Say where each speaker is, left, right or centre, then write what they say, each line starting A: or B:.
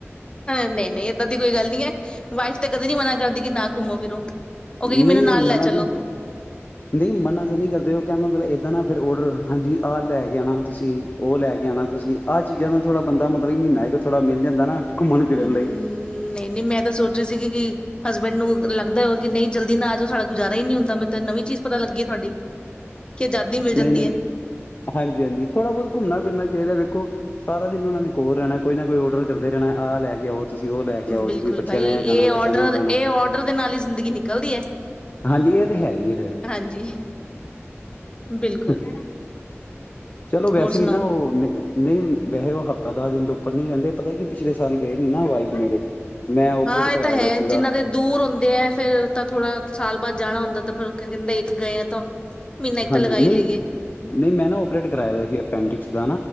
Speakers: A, on the left (about 20°); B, on the left (about 40°).
A: ਨਹੀਂ-ਨਹੀਂ ਏਦਾਂ ਦੀ ਕੋਈ ਗੱਲ ਨਹੀਂ ਹੈ। ਵਾਈਫ ਤੇ ਕਦੇ ਨੀ ਮਨਾ ਕਰਦੀ ਕਿ ਨਾ ਘੁੰਮੋ ਫਿਰੋ ਉਹ ਕਹੇਗੀ ਮੈਨੂੰ
B: ਨਹੀਂ
A: ਨਾਲ
B: ਮਨਾ
A: ਲੈ
B: ਤੇ
A: ਚਲੋ।
B: ਨਹੀਂ ਮਨਾ ਤੇ ਨਹੀਂ ਕਰਦੇ ਉਹ ਕਹਿੰਦਾ ਮਤਲਬ ਏਦਾਂ ਨਾ ਫਿਰ ਓਡਰ ਹਾਂਜੀ ਆਹ ਲੈ ਕੇ ਆਣਾ ਤੁਸੀਂ ਉਹ ਲੈ ਕੇ ਆਣਾ ਤੁਸੀਂ ਆਹ ਚੀਜ਼ਾਂ ਦਾ ਥੋੜਾ ਬੰਦਾ ਮਤਲਬ ਮਹੀਨਾ ਹੈ ਥੋੜਾ ਮਿਲ ਜਾਂਦਾ ਨਾ ਘੁੰਮਣ ਫਿਰਨ
A: ਹੂੰ
B: ਲਈ
A: ਨਹੀਂ-ਨਹੀਂ ਮੈਂ ਤਾਂ ਸੋਚ ਸੀਗੀ ਕਿ ਹਸਬੈਂਡ ਨੂੰ ਲੱਗਦਾ ਹੋ ਕਿ ਨਹੀਂ ਜਲਦੀ ਨਾ ਆ ਜਾਓ ਸਾਡਾ ਗੁਜ਼ਾਰਾ ਹੀ ਨੀ ਹੁੰਦਾ ਮੈਂ ਨਵੀਂ ਚੀਜ਼ ਪਤਾ ਲੱਗੀ ਹੈ ਤੁਹਾਡੀ। ਕਿ ਆਜ਼ਾਦੀ ਮਿਲ ਜਾਂਦੀ
B: ਨਹੀਂ-ਨਹੀਂ,
A: ਹੈ
B: ਹਾਂਜੀ- ਹਾਂਜੀ ਥੋੜ੍ਹਾ ਬਹੁਤ ਘੁੰਮਣਾ ਫਿਰਨਾ ਚਾਹੀਦਾ ਵੇਖੋ ਸਾਰਾ ਦਿਨ ਉਹਨਾਂ ਨੇ ਕੋਲ ਰਹਿਣਾ ਕੋਈ ਨਾ ਕੋਈ ਆਰਡਰ ਕਰਦੇ ਰਹਿਣਾ, ਆਹ ਲੈ ਕੇ ਆਓ। ਤੁਸੀਂ ਉਹ ਲੈ ਕੇ ਆਓ
A: ਬਿਲਕੁਲ
B: ਤੁਸੀਂ ਬੱਚਿਆਂ
A: ਬਾਈ
B: ਨੇ ਖਾਣਾ
A: ਇਹ
B: ਬੱਚਿਆਂ
A: ਔਡਰ
B: ਨੇ ਉਹ ਖਾਣਾ
A: ਇਹ ਔਡਰ ਦੇ ਨਾਲ ਹੀ ਜ਼ਿੰਦਗੀ ਨਿਕਲਦੀ ਹੈ।
B: ਹਾਂਜੀ ਇਹ ਤੇ ਹੈ ਹੀ ਹੈ ਫੇਰ
A: ਹਾਂਜੀ ਬਿਲਕੁਲ
B: ਹ ਚਲੋ ਵੈਸੇ
A: ਹੋਰ ਸੁਣਾਓ
B: ਵੀ ਨਾ ਉਹ ਨਹੀਂ ਵੈਸੇ ਉਹ ਹਫ਼ਤਾ ਦਸ ਦਿਨ ਤੋਂ ਉੱਪਰ ਨਈ ਰਹਿੰਦੇ ਪਤਾ ਕੀ ਪਿਛਲੇ ਸਾਲ ਗਏ ਨੀ ਨਾ ਆ ਵਾਈਫ ਮੇਰੇ। ਮੈਂ ਓਪਰੇਟ
A: ਹਾਂ ਇਹ
B: ਕਰਾਇਆ
A: ਤਾਂ ਹੈ,
B: ਦਾ ਸੀਗਾ
A: ਜਿੰਨਾਂ ਦੇ ਦੂਰ ਹੁੰਦੇ ਐ ਫੇਰ ਤਾਂ ਥੋੜ੍ਹਾ ਸਾਲ ਬਾਅਦ ਜਾਣਾ ਹੁੰਦਾ ਤੇ ਫੇਰ ਉਹ ਕਹਿੰਦੇ ਇੱਕ ਗਏ ਆ ਤਾਂ ਮਹੀਨਾ ਇੱਕ
B: ਹਾਂਜੀ,
A: ਤਾਂ ਲਗਾ ਹੀ
B: ਨਹੀਂ-
A: ਲਈਏ
B: ਨਹੀਂ ਮੈਂ ਨਾ ਓਪਰੇਟ ਕਰਵਾਇਆ ਦਾ ਸੀ ਅਪੈਂਡਿਕਸ ਦਾ